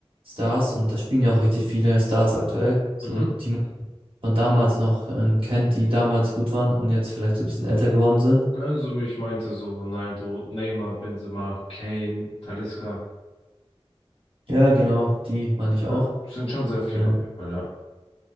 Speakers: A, on the right (about 60°); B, on the left (about 70°).
A: Stars und da spielen ja auch richtig viele Stars aktuell, so
B: Mhm.
A: die man von damals noch ähm, kennt, die damals gut waren und jetzt vielleicht so ein bisschen älter geworden sind.
B: Also wie ich meinte, so Ronaldo, Neymar, Benzema, Kane, Talisca.
A: Ja, genau, die meine ich auch.
B: Ja, sind schon sehr viele
A: Ähm,
B: auf jeden Fall, ja.